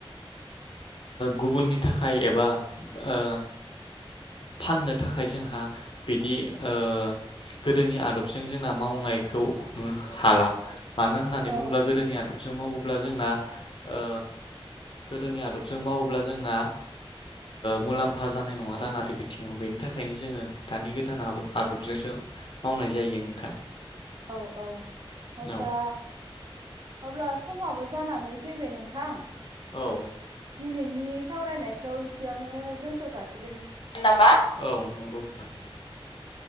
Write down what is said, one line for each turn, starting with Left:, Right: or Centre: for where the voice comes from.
Left: गुबुननि थाखाय एबा ओ फाननो थाखाय जोंहा बिदि ओ गोदोनि आदबजों जोंना मावनायखौ नुनो हाला मानो होननानै
Right: औ
Left: बुङोब्ला गोदोनियाथ' जों मावोब्ला जोंना ओ गोदोनि आदबजों मावोब्ला जोंना मुलाम फा जानाय नङा राङारि बिथिङाव बेनि थाखायनो जोङो दानि गोदान आदबजोंसो मावनाय जायो नोंथां
Right: औ औ अब्ला
Left: औ
Right: अब्ला समाबो जानानै फैबाय नोंथां
Left: औ
Right: दिनैनि सावरायनायखौ इसेयावनो दोन्थ' जासि
Left: नामा औ नंगौ नोंथां